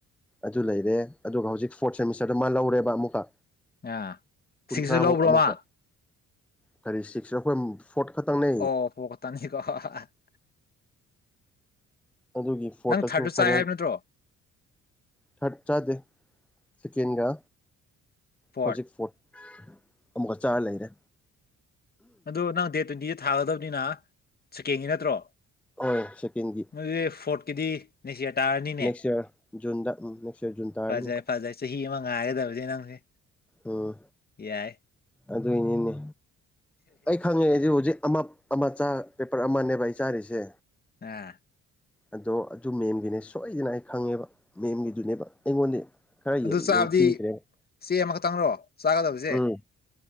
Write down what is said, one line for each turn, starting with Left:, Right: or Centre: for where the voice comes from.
Centre: ꯑꯗꯨ ꯂꯩꯔꯦ ꯑꯗꯨꯒ ꯍꯧꯖꯤꯛ ꯐꯣꯔꯠ ꯁꯦꯃꯤꯁꯇꯔꯗ ꯃꯥ ꯂꯧꯔꯦꯕ ꯑꯃꯨꯛꯀ
Left: ꯑꯥ
Centre: ꯀꯨꯟꯊ꯭ꯔꯥꯃꯨꯛ
Left: ꯁꯤꯛꯁꯁꯨ ꯂꯧꯕ꯭ꯔꯣ
Centre: ꯑꯃꯨꯛꯀ
Left: ꯃꯥ
Centre: ꯀꯔꯤ ꯁꯤꯛꯁ ꯑꯩꯈꯣꯏ ꯐꯣꯔꯠ ꯈꯛꯇꯪꯅꯦ
Left: ꯑꯣ ꯐ ꯇꯅꯤꯀꯣ <inaudible>
Centre: ꯑꯗꯨꯒꯤ ꯐꯣꯠꯇꯁꯨ
Left: ꯅꯪ ꯊꯥꯔꯠꯁꯨ ꯆꯥꯏ
Centre: ꯐꯥꯏꯅꯦꯜ
Left: ꯍꯥꯏꯕ ꯅꯠꯇ꯭ꯔꯣ
Centre: ꯊꯥꯔꯠ ꯆꯗꯦ ꯁꯩꯀꯦꯟꯒ
Left: ꯐꯣꯔꯠ
Centre: ꯍꯧꯖꯤꯛ ꯐꯣꯠ ꯑꯃꯨꯛꯀ ꯆꯥꯔ ꯂꯩꯔꯦ
Left: ꯑꯗꯣ ꯅꯪ ꯗꯦꯠ ꯇ꯭ꯋꯦꯟꯇꯤꯗ ꯊꯥꯒꯗꯕꯅꯤꯅ ꯁꯦꯀꯦꯟꯒꯤ ꯅꯠꯇ꯭ꯔꯣ
Centre: ꯍꯣꯏ ꯁꯦꯀꯦꯟꯒꯤ
Left: ꯗꯨꯗꯤ ꯐꯣꯠꯀꯤꯗꯤ ꯅꯦꯛꯁ ꯌꯥꯔ ꯇꯥꯔꯅꯤꯅꯦ
Centre: ꯅꯦꯛꯁ ꯌꯔ ꯖꯨꯟꯗ ꯎꯝ ꯅꯦꯛꯁ ꯌꯔ ꯖꯨꯟ ꯇꯥꯔꯅꯤ
Left: ꯐꯖꯩ
Centre: ꯑꯃꯨꯛꯀ
Left: ꯐꯖꯩ ꯆꯍꯤ ꯑꯃ ꯉꯥꯏꯒꯗꯕꯅꯦ ꯅꯪꯁꯦ
Centre: ꯎꯝ
Left: ꯌꯥꯏ
Centre: ꯑꯗꯨꯏꯅꯤꯅꯦ ꯑꯩ ꯈꯪꯉꯦ ꯍꯧꯖꯤꯛ ꯑꯃ ꯑꯃ ꯆꯥ ꯄꯦꯄꯔ ꯑꯃꯅꯦꯕ ꯑꯩ ꯆꯥꯔꯤꯁꯦ
Left: ꯑꯥꯝ
Centre: ꯑꯗꯣ ꯑꯗꯨ ꯃꯦꯝꯒꯤꯅꯦ ꯁꯣꯏꯗꯅ ꯑꯩ ꯈꯪꯉꯦꯕ ꯃꯦꯝꯒꯤꯗꯨꯅꯦꯕ ꯑꯩꯉꯣꯟꯗ ꯈꯔ
Left: ꯑꯗꯨ ꯆꯥꯕꯗꯤ
Centre: ꯌꯦꯡꯊꯤꯈ꯭ꯔꯦꯕ
Left: ꯆꯦ ꯑꯃꯈꯛꯇꯪꯔꯣ ꯆꯥꯒꯗꯕꯁꯦ
Centre: ꯎꯝ